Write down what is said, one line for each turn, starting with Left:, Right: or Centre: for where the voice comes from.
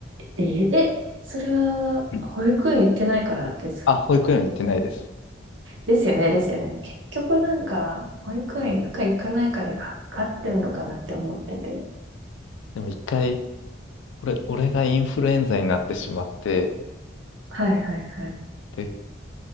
Right: えー、え、それは、
Left: うん
Right: 保育園行ってないからです。
Left: あ、保育園行ってないです。
Right: ですよね、ですよね。結局なんか、保育園行くか行かないかにかかってんのかなって思ってて。
Left: でも一回、俺、俺がインフルエンザになってしまって、
Right: はいはいはい。
Left: で、